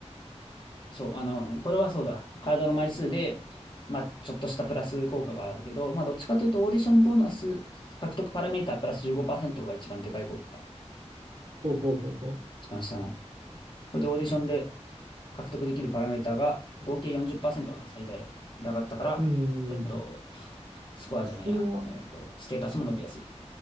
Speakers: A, on the left; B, on the right.
A: そう、あの、これはそうだ。カードの枚数で、まあ、ちょっとしたプラス効果があるけど、まあ、どっちかというと、オーディションボーナス獲得パラメータープラス15%が一番でかい効果が
B: ほうほうほうほ
A: 一番下の。これでオーディションで獲得できるパラメーターが合計40%かな、最大で上がったから、
B: う。う
A: えっと、
B: ん。
A: スコアじゃねえや。
B: それは、
A: えっと、ステータスも伸びやすい。